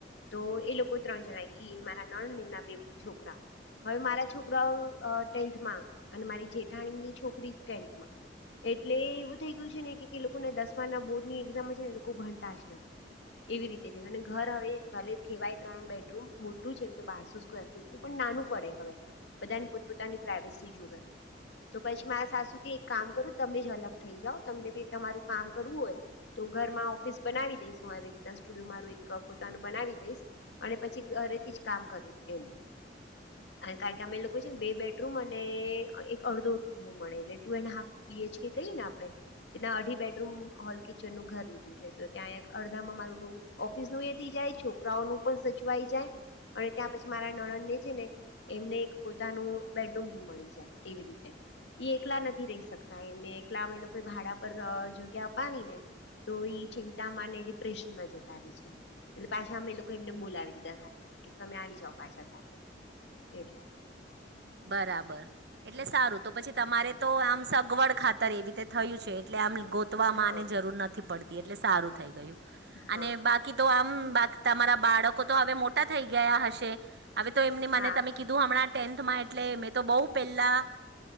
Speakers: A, on the left (about 70°); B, on the right (about 65°).
A: તો એ લોકો ત્રણ જણા ઈ મારા નણન ને એમના બે છોકરા. હવે મારા છોકરાઓ ટેન્થમાં અને મારી જેઠાણીની છોકરી ટેન્થમાં. એટલે એવું થઇ ગયું છે ને કે લોકોને દસમાના બોર્ડ ની એક્ઝામ છે ને એ લોકો ભણતા જ નથી. એવી રીતે થઈ અને ઘર હવે ભલે કેવાય ત્રણ બેડરૂમ મોટું છે એમ તો બારસો સ્વેર ફીટ પણ નાનું પડે, હવે બધાને પોતપતાની પ્રાઇવેસી જોવે. તો પછી મા સાસું કે એક કામ કરું તમે જ અલગ થઈ જાઓ તમને ભી તમારું કામ કરવું હોય તો ઘર માં ઓફિસ બનાવી દઈશું, આવી રીતના સ્ટુડિયો મારું એક પોતાનું બનાવી દઈશ, અને પછી ઘરેથી જ કામ કરવું એમ. કારણ કે અમે એ લોકો છે ને બે બેડરૂમ અને એક અડધો રૂમ મળે એટલે ટુ એન્ડ હાફ. બીએચ કે કહી ને આપણે એના અઢી બેડરૂમ હોલ કિચનનું ઘર લીધું છે તો ત્યાં અડધામાં મારું ઓફિસ ન એથી જાય, છોકરાઓનું પણ સચવાઈ જાય. અને ત્યાં પછી મારા નણન ને છે ને એમને એક પોતાનું બેડરૂમ ભી મળી જાય એવી રીતે એ એકલા નથી રહી શકતા એમને એકલા અમે લોકો ભાડા પર જગ્યા અપાવી ને. તો ઈ ચિંતામાં અને ડિપ્રેશનમાં જતા રહે છે. એટલે પાછા અમે એ લોકો એમને બોલાવી લિધા, કે તમે આવી જાઓ પાછા સાથે. એટલે
B: બરાબર, એટલે સારું તો પછી તમારે તો આમ સગવડ ખાતર એવી રીતે થયું છે એટલે આમ ગોતવામાંને
A: હા
B: જરૂર નથી પડતી એટલે સારું થઈ ગયું,
A: હા
B: અને બાકી તો આમ બા તમારા બાળકો તો હવે મોટા થઈ ગયા હશે, હવે તો એમને મને
A: હા
B: તમે કીધું હમણાં ટેન્થમાં એ એટલે મેં તો બહુ પહેલા,